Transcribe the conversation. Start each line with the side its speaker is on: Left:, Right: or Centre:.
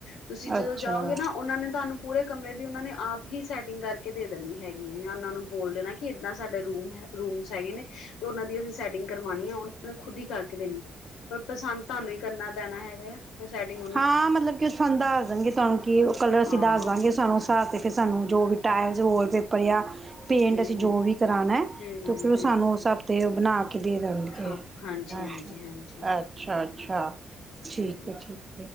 Left: ਤੁਸੀਂ ਜਦੋਂ
Right: ਅੱਛਾ
Left: ਜਾਓਗੇ ਨਾ ਉਹਨਾਂ ਨੇ ਤੁਹਾਨੂੰ ਪੂਰੇ ਕਮਰੇ ਦੀ ਉਹਨਾਂ ਨੇ ਆਪ ਹੀ ਸੈਟਿੰਗ ਕਰਕੇ ਦੇ ਦੇਣੀ ਹੈਗੀ ਹੈ, ਜਾਂ ਉਹਨਾਂ ਨੂੰ ਬੋਲ ਦੇਣਾ ਕਿ ਏਦਾਂ ਸਾਡੇ ਰੂਮ ਰੂਮਸ ਹੈਗੇ ਨੇ ਤੇ ਉਹਨਾਂ ਦੀ ਅਸੀਂ ਸੈਟਿੰਗ ਕਰਵਾਉਣੀ ਆ, ਉਹਨਾਂ ਖੁਦ ਹੀ ਕਰਕੇ ਦੇਣੀ, ਪਰ ਪਸੰਦ ਤੁਹਾਨੂੰ ਹੀ ਕਰਨਾ ਪੈਣਾ ਹੈਗਾ ਆ। ਬਸ ਸਾਰਟੀਗ
Right: ਹਾਂ, ਮਤਲਬ ਕਿ ਸਾਨੂੰ ਦੱਸ ਦੇਣਗੇ ਤੁਹਾਨੂੰ ਕਿ ਉਹ ਕਲਰ ਅਸੀਂ
Left: ਹਾਂ
Right: ਦੱਸ ਦਾਂਗੇ ਸਾਨੂੰ। ਤਾਂ ਤੇ ਫਿਰ ਸਾਨੂੰ ਜੋ ਵੀ ਟਾਇਲਸ, ਵਾਲਪੇਪਰ ਜਾਂ ਪੇਂਟ
Left: ਹੂੰ
Right: ਅਸੀਂ ਜੋ ਵੀ ਕਰਉਣਾ
Left: ਹੂੰ
Right: ਤੇ ਫਿਰ ਉਹ
Left: ਹੂੰ
Right: ਸਾਨੂੰ ਉਸ ਹਫ਼ਤੇ ਬਣਾ ਕੇ ਦੇ ਦੇਣਗੇ।
Left: ਹਾਂ ਹਾਂਜੀ
Right: ਗੇ
Left: ਹਾਂਜੀ
Right: ਅ
Left: ਹਾਂਜੀ
Right: ਅੱਛਾ-ਅੱਛਾ, ਠੀਕ
Left: ਹੂੰ
Right: ਹੈ, ਠੀਕ।